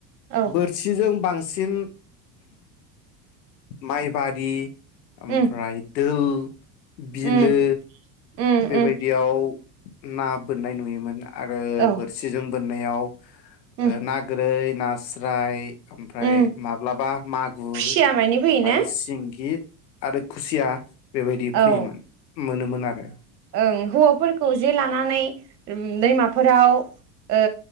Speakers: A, on the right; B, on the left.
A: औ
B: बोरसिजों बां सिन माइबारि ओमफ्राय
A: उम
B: दोल बिलो
A: उम उम
B: बेबायदियाव
A: उम
B: ना बोननाय नुयोमोन ना आरो
A: औ
B: बोरसिजों बोननायाव ओ
A: उम
B: ना गोरै नास्राय ओमफ्राय
A: उम
B: माब्लाबा मागुर
A: खुसिया मानि फैयोना
B: ओमफाय सिंगि आरो खुसिया बेबायदि फैयोमोन
A: औ
B: मोनोमोन आरो।
A: ओं हौवाफोरखौ जे लानानै उम दैमाफोराव ओ